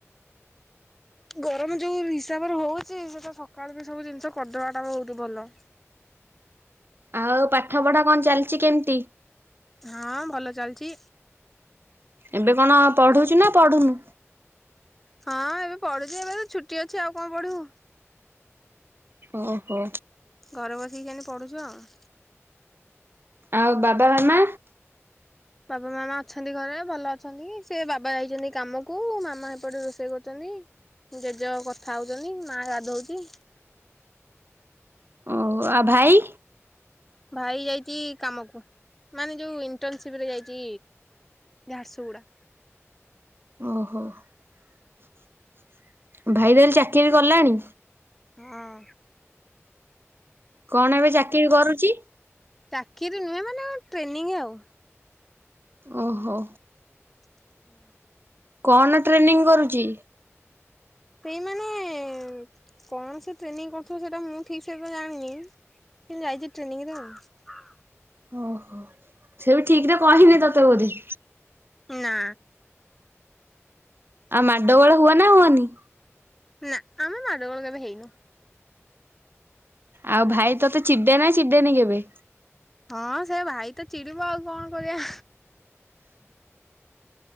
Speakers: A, in the centre; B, on the right.
A: ଗରମ ଯୋଉ ହିସାବରେ ହଉଛି ସେଟା ସକାଳୁ ବି ସବୁ ଜିନିଷ କରିଦବା ଟା ବହୁତ୍ ଭଲ।
B: ଆଉ ପାଠ ପଢା କଣ ଚାଲିଚି କେମିତି।
A: ହଁ ଭଲ ଚାଲିଚି।
B: ଏବେ। କଣ ପଢୁଚୁ ନା ପଢୁନୁ।
A: ହଁ ଏବେ ପଢୁଚି ଏବେ ତ ଛୁଟି ଅଛି ଆଉ କଣ ପଢିବୁ।
B: ଓହୋ।
A: ଘରେ ବସିକି ସେମିତି ପଢୁଚୁ ଆଉ।
B: ଆଉ ବାବା ମାମା।
A: ବାପା ମାମା ଅଛନ୍ତି ଘରେ ଭଲ ଅଛନ୍ତି ସେ ବାବା ଯାଇଛନ୍ତି କାମକୁ ମାମା ସେପଟେ ରୋଷେଇ କରୁଛନ୍ତି ଜେଜେ କଥା ହଉଛନ୍ତି ମା ଗାଧଉଚି।
B: ଓ ଆଉ ଭାଇ।
A: ଭାଇ ଯାଇଛି କାମକୁ ମାନେ ଯୋଉ ଇଣ୍ଟରନସିପ ରେ ଯାଇଛି ଝାରସୁଗୁଡା।
B: ଓହୋ ଭାଇ ତାହେଲେ ଚାକିରି କଲାଣି।
A: ହଁ।
B: କଣ ଏବେ ଚାକିରି କରୁଚି।
A: ଚାକିରି ନୁହେଁ ମାନେ ଟ୍ରେନିଂ ଆଉ।
B: ଓହୋ।
A: <inaudible>
B: କଣ ଟ୍ରେନିଂ କରୁଚି।
A: ସେଇମାନେ କଣ ସେ ଟ୍ରେନିଂ କରୁଥିବ ସେଇଟା ମୁଁ ଠିକ ବି ଜାଣିନି ସେ ଯାଇଛି ଟ୍ରେନିଂରେ ଆଉ।
B: ଓହୋ। ସେ ବି ଠିକ୍ ରେ କହିନି ତତେ ବୋଧେ।
A: ନା
B: ଆଉ ମାଡଗୋଳ ହୁଅ ନା ହୁଅନି।
A: ନା ଆମେ ମାଡୁଗଳ କେବେ ହେଇନୁ।
B: ଆଉ ଭାଇ ତତେ ଚିଡେ ନା ଚିଡେନି କେବେ।
A: ହଁ ସେ ଭାଇ ତ ଚିଡିବ ଆଉ କଣ କରିବା।